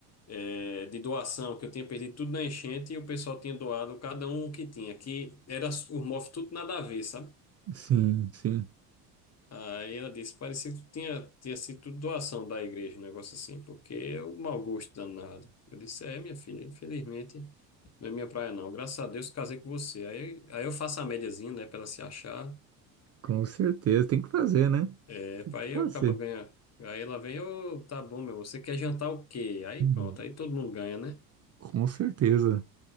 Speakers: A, on the left; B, on the right.
A: é, de doação, que eu tinha perdido tudo na enchente e o pessoal tinha doado cada um o que tinha, que era os móveis tudo nada a ver, sabe?
B: Sim, sim,
A: Aí ela disse, parecia que tinha, tinha sido tudo doação da igreja, um negócio assim, porque é um mau gosto danado. Eu disse, é, minha filha, infelizmente, não é minha praia não. Graças a Deus casei com você. Aí, aí eu faço a médiazinha, né, pra ela se achar.
B: com certeza. Tem que fazer, né?
A: É,
B: Tem
A: pra
B: que
A: aí
B: fazer.
A: eu acabo ganhando. Aí ela vem, ô, tá bom, meu, você quer jantar o quê? Aí
B: Hum,
A: pronto, aí todo mundo ganha, né?
B: com certeza.